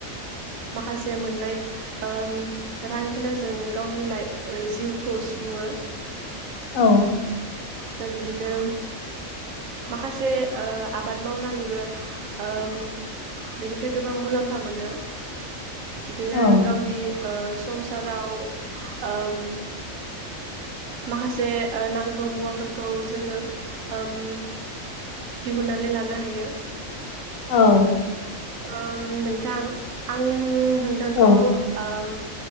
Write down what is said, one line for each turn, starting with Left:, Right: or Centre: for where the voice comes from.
Right: माखासे मोननाय ओ रांखिनाजों गावनि लाइ जिउ खौ सुफुङो
Left: औ
Right: दा बिदिनो माखासे ओ आबाद मावनानैबो ओम बिनिफ्राय गोबां मुलाम्फा मोनो बिदिनो
Left: औ
Right: गावनि ओ संसाराव ओम माखासे ओ नांगौ मुवा फोरखौ जोङो ओम दिहुननानै लानो हायो
Left: औ
Right: ओम नोंथां आं नोंथांखौ
Left: औ
Right: ओम